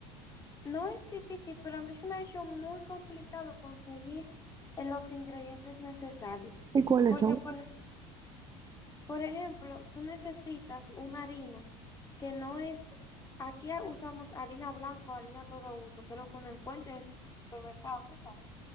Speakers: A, on the left; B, on the right.
A: no es difícil, pero a mí se me ha hecho muy complicado conseguir eh, los ingredientes necesarios,
B: ¿Y cuáles
A: porque
B: son?
A: por, por ejemplo, tú necesitas una harina que no es, aquí usamos harina blanca o harina todo uso, que es lo que uno encuentra en el supermercado, tú sabes,